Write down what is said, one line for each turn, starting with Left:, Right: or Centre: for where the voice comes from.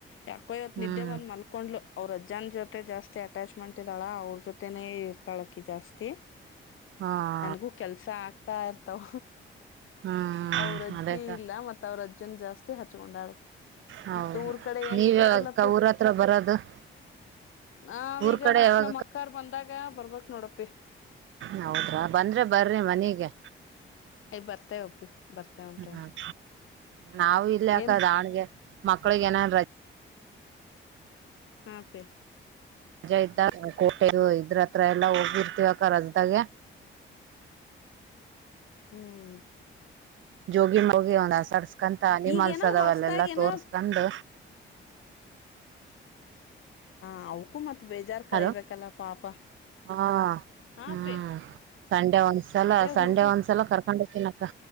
Left: ಯಾಕೋ ಇವತ್
Right: ಹ್ಮ್
Left: ನಿದ್ದೆ ಬಂದ್ ಮಲ್ಕೊಂಡ್ಲು. ಅವ್ರ ಅಜ್ಜನ್ ಜೊತೆ ಜಾಸ್ತಿ ಅಟ್ಯಾಚ್ಮೆಂಟ್ ಇದ್ದಾಳ ಅವ್ರ ಜೊತೆನೇ ಇರ್ತಾಳಕಿ ಜಾಸ್ತಿ.
Right: ಹಾ ಹಾ.
Left: ಗೂ ಕೆಲ್ಸ ಆಗ್ತಾ ಇರ್ತಾವ.
Right: ಹ್ಮ್
Left: ಅವ್ರಜ್ಜಿ
Right: ಅದೇಕ್ಕ
Left: ಇಲ್ಲ ಮತ್ತ ಅವ್ರ ಅಜ್ಜನ್ನು ಜಾಸ್ತಿ ಹಚ್ಕೊಂಡಳ ಆಕಿ.
Right: ಹೌದು
Left: ಮುತ್ತು ಊರ್ ಕಡೆ ಏನ್
Right: ನೀವ
Left: ಸ್ಪೆಷಲ್
Right: ಯಾವಾಗ ಅಕ್ಕ
Left: ಅಪಿ.
Right: ಊರ ಹತ್ರ ಬರೋದು
Left: ನಾವ
Right: ಊರ್
Left: ಈಗ
Right: ಕಡೆ
Left: ನೆಕ್ಸ್ಟ್
Right: ಯಾವಾಗ
Left: ನಮ್ ಅಕ್ಕಾರ್ ಬಂದಾಗ ಬರ್ಬೇಕ ನೋಡಪ್ಪಿ.
Right: ಹೌದ್ರಾ ಬಂದ್ರೆ ಬರ್ರಿ ಮನೀಗಿ.
Left: ಏ ಬರ್ತೇವೆ ಅಪ್ಪಿ. ಬರ್ತೇವಂತೆ
Right: ಹ್ಮ ನಾವ ಇಲ್ಲಿ
Left: ಏನ್
Right: ಅಕ್ಕ ದಾವಾಣಗೆ ಮಕ್ಳಗ ಏನನ್.
Left: ಹಾ ಅಪ್ಪಿ.
Right: ರಜಾ ಇದ್ದಾಗ ಕೋಟೆ ಇದ್ರತ್ರ ಎಲ್ಲಾ ಹೋಗಿರ್ತಿವಕ್ಕ ರಜದಾಗೆ.
Left: ಹ್ಮ್.
Right: ಜೋಗಿ ಮೋಗಿ ಒಂದ ಆಸಡ್ಸ್ಕಂತ ಅನಿಮಾಲ್ಸದವ
Left: ಈಗೇನೋ ಹೊಸದಾಗಿ
Right: ಅಲ್ಲೆಲ್ಲಾ
Left: ಏನೋ
Right: ತೋರ್ಸ್ಕಂಡ್.
Left: ಹಾ ಅವ್ಕೂ ಮತ್ ಬೇಜಾರ್ ಕಳಬೇಕಲ್ಲ
Right: ಹಲೋ
Left: ಪಾಪ.
Right: ಹಾ
Left: ಹಾ
Right: ಹ್ಮ್.
Left: ಪೆ
Right: ಸಂಡೆ ಒಂದ್ಸಲ
Left: ಅದೇ
Right: ಸಂಡೆ
Left: ಹುಡುಗು
Right: ಒಂದ್ಸಲ ಕರ್ಕೊಂಡ್ ಹೋಕೀನಕ್ಕ.